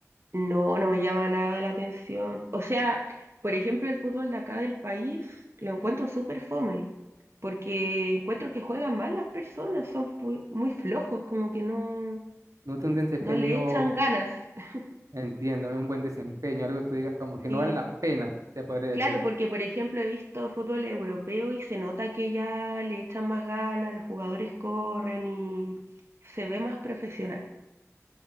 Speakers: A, on the right (about 50°); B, on the right (about 75°).
A: No, no me llama nada la atención. O sea, por ejemplo, el fútbol de acá del país lo encuentro súper fome, porque encuentro que juegan mal las personas, son pu- muy flojos, como que no,
B: No tiene un desempeño,
A: no le echan ganas. <laughs>
B: entiendo, no es un buen desempeño, algo que tú digas como que
A: Sí.
B: no vale la pena, se podría decir.
A: Claro, porque por ejemplo he visto fútbol europeo y se nota que ya le echan más ganas, los jugadores corren y se ve más profesional.